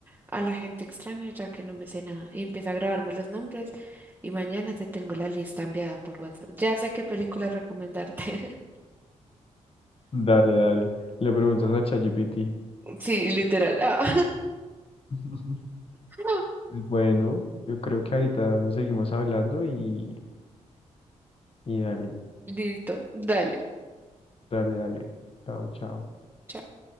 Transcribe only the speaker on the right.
a la gente extraña, ya que no me sé nada. Y empiezo a grabarme los nombres y mañana te tengo la lista enviada por WhatsApp. Ya sé qué película recomendarte. <laughs>
Sí, literal. Ah.
<laughs>
Listo, dale.
chao.